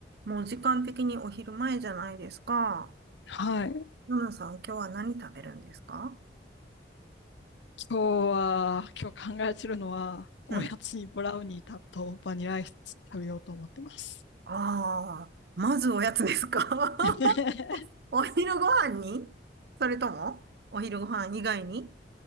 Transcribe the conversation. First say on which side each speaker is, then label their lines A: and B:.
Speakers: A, on the right; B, on the left.
A: もう時間的にお昼前じゃないですか。
B: はい。今
A: ナナさん、今日は何食べるんですか
B: 日は、今日考えてるのは、おやつにブラウニーとバニラアイス食べようと思ってます。
A: うん。ああまずおやつですか
B: <laughs>
A: <laughs> お昼ご飯にそれとも、お昼ご飯以外に